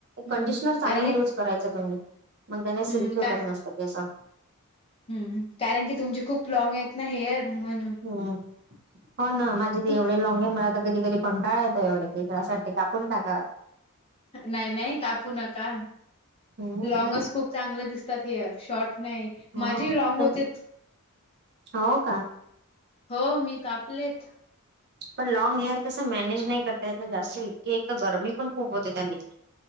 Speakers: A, on the right; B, on the left.
A: कंडिशनर
B: हम्म
A: चांगलं
B: कारण की
A: युज करायच तुम्ही, मग त्याने सिल्की
B: हम्म
A: होतात
B: का
A: मस्त केसं.
B: हम्म, कारण की तुमचे खूप लॉंग आहेत ना हेअर, म्हणून
A: हम्म हो ना, माझे ते
B: तू
A: एवढे लाँग आहे. मला तर कधी कधी कंटाळा येतोय एवढे केसासाठी, कापून टाकाव
B: नाही, नाही. कापू नका.
A: हम्म
B: लॉंगच खूप चांगलं दिसतात हेअर शॉर्ट नाही,
A: हो
B: माझे लॉंग
A: पण
B: होत्यात.
A: हो का?
B: हो, मी कापलेत.
A: पण लाँग हेअर कसं मॅनेज नाही करता येत ना, जास्त इतके. एक तर गरमी पण खूप होते त्यांनी.